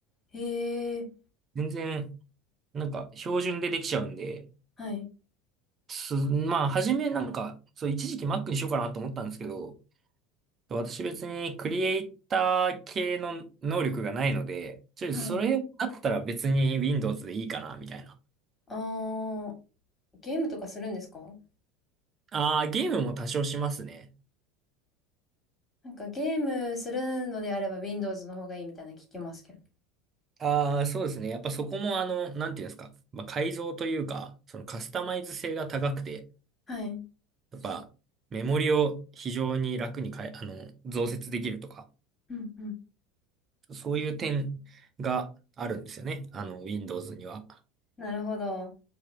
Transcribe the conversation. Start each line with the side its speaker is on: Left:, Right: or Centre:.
Left: へえ。
Right: 全然、なんか、標準でできちゃうんで、
Left: はい。
Right: す、まあ、初めなんか、そう、一時期 Mac にしようかなと思ったんですけど、私別にクリエイター系の能力がないので、ちょ、
Left: はい。
Right: それだったら別に Windows でいいかな、みたいな。
Left: あー、ゲームとかするんですか
Right: ああ、ゲームも多少しますね。
Left: なんかゲームするのであれば Windows の方がいいみたいなの聞きますけど。
Right: ああ、そうですね。やっぱそこもあの、なんていうんですか。まあ、改造というか、そのカスタマイズ性が高くて、
Left: はい。
Right: やっぱメモリを非常に楽に変え、あの、増設できるとか、
Left: うんうん。
Right: そういう点があるんですよね。あの、Windows には。
Left: なるほど。